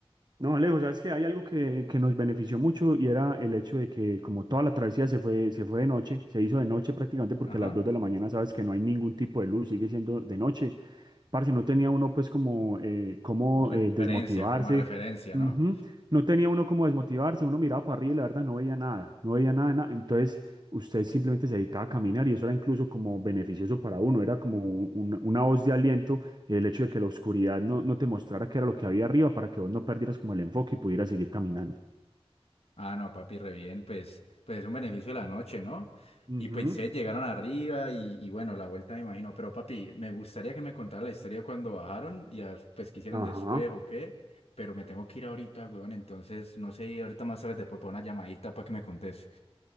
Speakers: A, on the right; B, on the left.
A: No, Alejo, sabes que hay algo que, que nos benefició mucho y era el hecho de que como toda la travesía se fue, se fue de noche, se hizo de noche prácticamente porque
B: Ajá.
A: a las 2 de la mañana sabes que no hay ningún tipo de luz, sigue siendo de noche. Parce, no tenía uno pues como eh, cómo
B: Referencia,
A: eh, desmotivarse.
B: como referencia,
A: Ujú.
B: ¿no?
A: No tenía uno como desmotivarse, uno miraba para arriba y la verdad no veía nada, no veía nada, nada. Entonces usted simplemente se dedicaba a caminar y eso era incluso como beneficioso para uno, era como un- un- una voz de aliento el hecho de que la oscuridad no, no te mostrara qué era lo que había arriba para que vos no perdieras como el enfoque y pudieras seguir caminando.
B: Ah, no, papi, re bien, pues, pues es un beneficio de la noche, ¿no?
A: Ujú.
B: Y pues ustedes llegaron arriba y, y bueno, la vuelta me imagino, pero papi, me gustaría que me contara la historia cuando bajaron y a- pues qué hicieron
A: Ajá.
B: después o qué, pero me tengo que ir ahorita, weón, entonces no sé, ahorita más tarde te puedo poner una llamadita para que me contes.